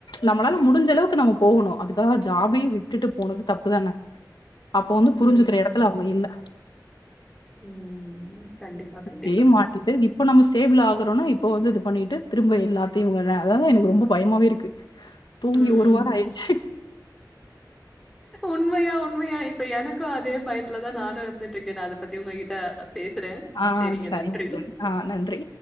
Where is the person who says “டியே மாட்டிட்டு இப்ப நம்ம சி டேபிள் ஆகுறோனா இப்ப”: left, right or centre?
Left